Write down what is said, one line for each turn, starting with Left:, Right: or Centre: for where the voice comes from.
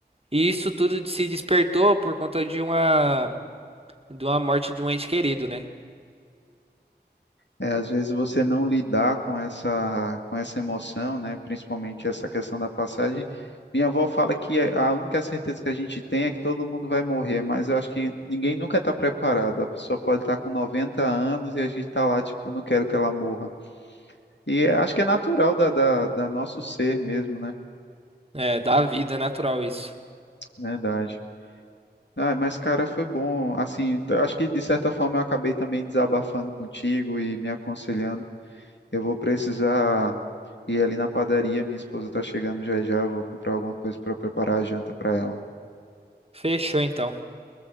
Right: E isso tudo se despertou por conta de uma de uma morte de um ente querido, né?
Left: É, às vezes você não lidar com essa, com essa emoção, né? Principalmente essa questão da passagem. Minha avó fala que é- a única certeza que a gente tem é que todo mundo vai morrer, mas eu acho que ninguém nunca está preparado. A pessoa pode estar com 90 anos e a gente está lá, tipo, não quero que ela morra. E é- acho que é natural da, da, da nosso ser mesmo, né?
Right: É, da vida natural isso.
Left: Verdade. Ah, mas cara, foi bom. Assim, t- acho que de certa forma eu acabei também desabafando contigo e me aconselhando. Eu vou precisar E ali na padaria, minha esposa tá chegando já já, vou comprar alguma coisa para preparar a janta para ela.
Right: Fechou então.